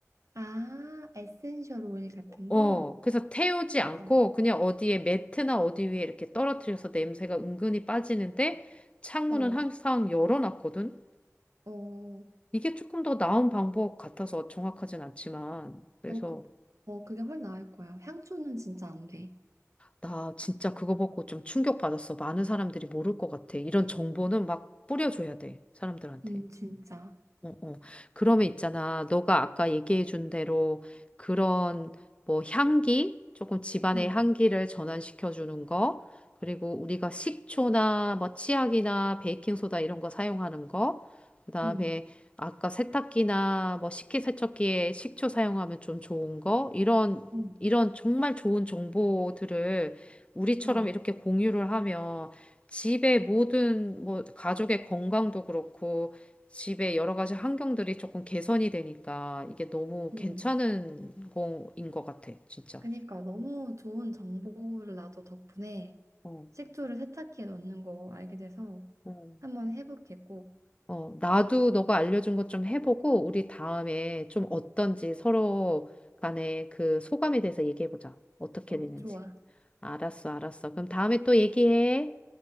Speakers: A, on the right; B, on the left.
A: 아, 에센셜 오일 같은
B: 어
A: 거?
B: 그래서 태우지
A: 맞아.
B: 않고 그냥 어디에 매트나 어디 위에 이렇게 떨어뜨려서 냄새가 은근히 빠지는데 창문은
A: 어,
B: 항상 열어놨거든
A: 어,
B: 이게 조금 더 나은 방법 같아서 정확하진 않지만, 그래서
A: 어, 그, 어, 그게 훨씬 나을 거야. 향초는 진짜 안 돼.
B: 나 진짜 그거 보고 좀 충격받았어. 많은 사람들이 모를 것 같아. 이런 정보는 막 뿌려줘야 돼, 사람들한테.
A: 음, 진짜.
B: 어, 어. 그러면 있잖아. 너가 아까 얘기해 준 대로 그런 뭐 향기, 조금 집안의
A: 음,
B: 향기를 전환시켜 주는 거, 그리고 우리가 식초나 뭐 치약이나 베이킹소다 이런 거 사용하는 거, 그다음에
A: 음,
B: 아까 세탁기나 뭐 식기세척기에 식초 사용하면 좀 좋은 거, 이런
A: 음,
B: 이런 정말 좋은 정보들을 우리처럼
A: 음,
B: 이렇게 공유를 하면 집의 모든 뭐 가족의 건강도 그렇고 집의 여러 가지 환경들이 조금 개선이 되니까 이게 너무
A: 음.
B: 괜찮은 거인 것 같아, 진짜.
A: 그러니까 너무 좋은 정보를 나도 덕분에
B: 어.
A: 식초를 세탁기에 넣는 거 알게 돼서
B: 음. 어,
A: 한번 해볼게, 꼭.
B: 어, 나도 너가 알려준 것 좀 해보고, 우리 다음에 좀 어떤지 서로 간에 그 소감에 대해서 얘기해보자. 어떻게
A: 어,
B: 됐는지.
A: 좋아.
B: 알았어, 알았어. 그럼 다음에 또 얘기해.